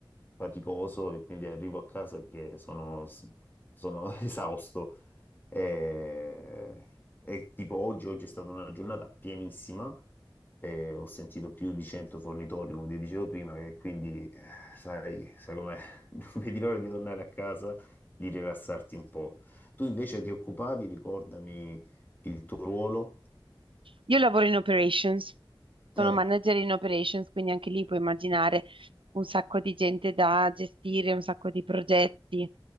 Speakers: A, on the left; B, on the right.
A: faticoso e quindi arrivo a casa che sono sono <laughs> esausto. Eh, e tipo oggi, oggi è stata una giornata pienissima, eh, ho sentito più di 100 fornitori, come ti dicevo prima, e quindi eh, sai, sai com'è, <laughs> non vedi l'ora di tornare a casa, di rilassarti un po'. Tu invece ti occupavi, ricordami il tuo ruolo?
B: Io lavoro in operations, sono
A: Eh,
B: manager in operations, quindi anche lì puoi immaginare un sacco di gente da gestire, un sacco di progetti,